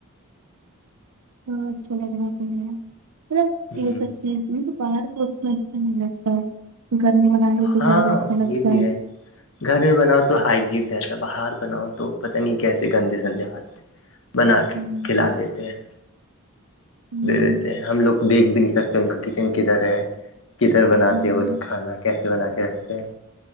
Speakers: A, on the right; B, on the left.
A: ہ اچھا لگنا چاہے
B: ہ
A: یہ سب چیز بارس اس میں اچھا نہیں لگتا ہے گرمی بنانے تو
B: ہاں
A: زیادہ اچھا لگتا
B: یہ بھی
A: ہے
B: گھر میں بناؤ تو ہائیجین رہتا باہر بناؤ تو پتہ نہیں کیسے گندے سندے ہاتھ سے بنا کے
A: ہوں
B: کھلا دیتے ہیں
A: ہوں
B: دے دیتے ہیں ہم لوگ دیکھ بھی نہیں سکتے ان کا کچن کدھر ہے کدھر بناتے
A: ہوں
B: ہیں وہ لوگ کھانا کیسے بنا کے رکھتے ہیں